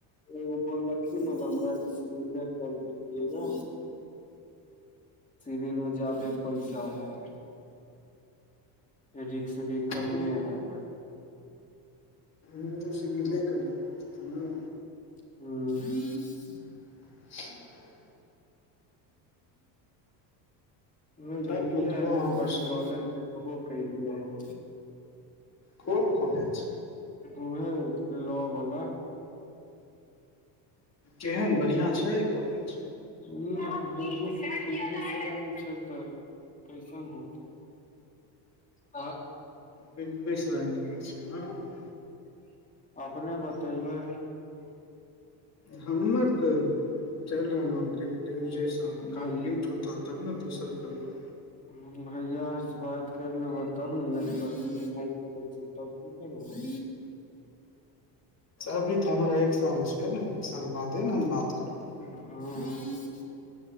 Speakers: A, on the left; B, on the left.
A: एगो बोललखिन हय बबुआ जे सिविले कर लीजिएगा। सिविल मे जादे पैसा हय। रिक्श भी
B: ने
A: कमे हय।
B: हमरो सिभिले कर लिया पड़ते ना।
A: हुं।
B: <inaudible>
A: उ
B: तब
A: गेलियै
B: बतबऽ
A: हन एक
B: आरो
A: बारी
B: सब
A: कॉलेज देखबो केलियै हन।
B: कोन कॉलेज
A: उहे लॉ बला।
B: केहेन बढ़ियाँ छै कॉलेज।
A: उ ना बेगू बेगूसराय मे छै तऽ कैसन होतै। <unintelligible>
B: बेगूएसराय नियर छै ने
A: अपने बतैबै।
B: हमर त चैल रहलौ ग्रे ग्रेजुएशन
A: भै
B: कम्प्लीट होता, तब ना दोसर करबा।
A: हुं भैया आर से बात कैर लेबा, तब ना नै त कहथुन कि नै करै छै। तब की करभो।
B: अभी त हमरा एक साल छै ने, एक साल बादे ने हम बात करब।
A: हां।